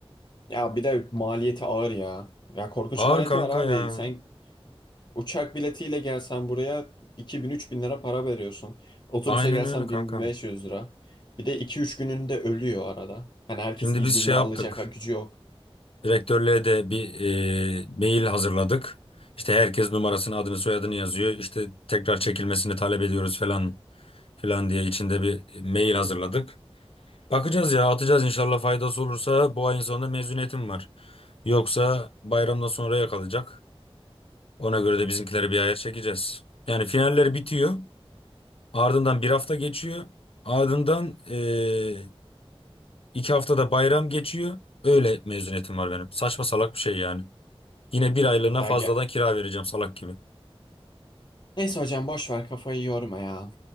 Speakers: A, on the left (about 45°); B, on the left (about 65°).
A: Ya bir de maliyeti ağır ya. Ya korkunç
B: Ağır
A: maliyeti
B: kanka
A: var abi.
B: ya.
A: Sen uçak biletiyle gelsen buraya 2000 bin lira para veriyorsun. Otobüse
B: Aynen
A: gelsen
B: öyle kanka.
A: 1500 lira. Bir de iki üç gününde ölüyor arada. Hani herkes
B: Şimdi
A: izinde
B: biz şey yaptık.
A: alacak ha, gücü yok.
B: Direktörlüğe de bir e, mail hazırladık. İşte herkes numarasını, adını, soyadını yazıyor. İşte tekrar çekilmesini talep ediyoruz falan filan diye içinde bir mail hazırladık. Bakacağız ya, atacağız inşallah faydası olursa bu ayın sonunda mezuniyetim var. Yoksa bayramdan sonraya kalacak. Ona göre de bizimkileri bir ayar çekeceğiz. Yani finaller bitiyor. Ardından bir hafta geçiyor. Ardından e, iki haftada bayram geçiyor. Öyle mezuniyetim var benim. Saçma salak bir şey yani. Yine bir aylığına
A: Ya
B: fazladan
A: gel.
B: kira vereceğim salak gibi.
A: Neyse hocam boş ver kafayı yorma ya.